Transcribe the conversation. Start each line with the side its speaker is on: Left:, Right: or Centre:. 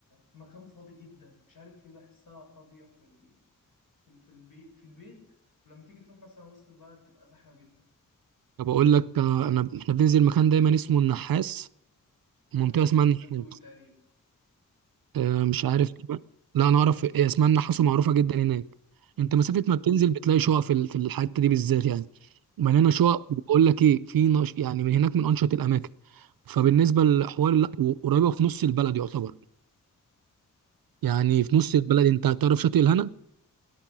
Left: في مكان فاضي جدا مش عارف ليه بحسها فاضية في ال... في ال... في البيت في البيت ولما تيجي تروح مثلا وسط البلد تبقى زحمة جدا
Right: طب اقول لك آه، انا احنا بننزل مكان دايما اسمه النحاس منطقه
Left: آه،
Right: اسمها
Left: حي الزيتون
Right: النحاس
Left: تقريبا
Right: آه،
Left: الزيتون
Right: مش عارف لا انا اعرف إيه اسمها النحاس ومعروفه جدا هناك انت
Left: مم.
Right: مسافه ما بتنزل بتلاقي شقق في ال- في الحته دي بالذات يعني مليانه
Left: أيوه
Right: شقق وبقول لك ايه في نش... يعني من هناك من انشط الاماكن فبالنسبه للحوار لا قريبه في نص البلد يعتبر يعني
Left: ما-
Right: في نص البلد انت تعرف شاطئ الهنا